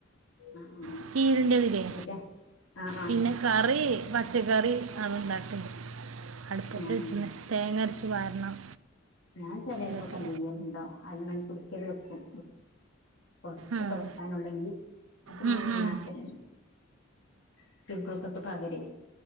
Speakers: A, on the left; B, on the right.
A: ആഹ് ആഹ്
B: സ്റ്റീലിന്റെതില്ലേ
A: എന്നിട്ടാ ആഹ് ആഹ്
B: പിന്നെ കറി പച്ചക്കറി അത് ഇണ്ടാക്കണ്ട് അടുപ്പത്തെ
A: ഉം
B: വച്ചിന്നെ
A: ഉം
B: തേങ്ങരച്ച് വാരണം
A: ഞാൻ ചിലപ്പൊ
B: ഇതൊക്കെ
A: <unintelligible> അല് മണിക്കുടിക്കല് വെക്കും കൊറച്ചൊക്കെ
B: ഉം.
A: വെക്കാനുള്ളെങ്കിൽ അപ്പൊ
B: ഉം,
A: ഞാൻ അങ്ങനെ
B: ഉം.
A: ആക്കലുണ്ട് <unintelligible>